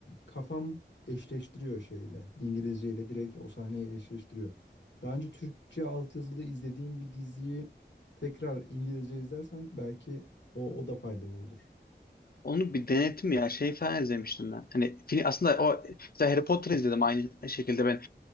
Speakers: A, on the left (about 75°); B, on the left (about 55°).
A: kafam eşleştiriyor şeyle İngilizceyle direkt o sahneyi eşleştiriyor. Daha önce Türkçe altyazılı izlediğim bir diziyi tekrar İngilizce izlersen belki o, o da faydalı olur.
B: Onu bir denedim ya şey falan izlemiştim ben. Hani film, aslında o mesela Harry Potter izledim aynı şekilde